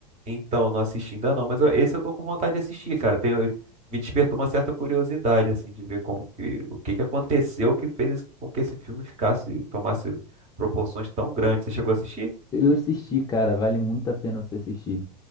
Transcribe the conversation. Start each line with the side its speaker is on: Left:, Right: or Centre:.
Right: Então, não assisti ainda não, mas eu- esse eu tô com vontade de assistir, cara. Tem, me despertou uma certa curiosidade, assim, de ver como que, o que que aconteceu que fez esse- com que esse filme ficasse, tomasse proporções tão grandes. Você chegou a assistir?
Left: Eu assisti, cara, vale muito a pena você assistir.